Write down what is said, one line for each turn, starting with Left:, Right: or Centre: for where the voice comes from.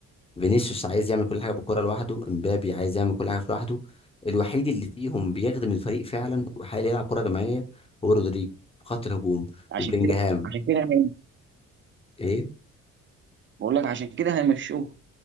Left: فينيسيوس عايز يعمل كل حاجه بالكره لوحده امبابي عايز يعمل كل حاجه في لوحده الوحيد اللي فيهم بيخدم الفريق فعلا وحاليا يلعب كره جماعيه هو رودريجو في خط الهجوم
Right: عشان
Left: وبلينجهام
Right: كده عشان كده هي-
Left: ايه
Right: بقول لك عشان كده هيمشوه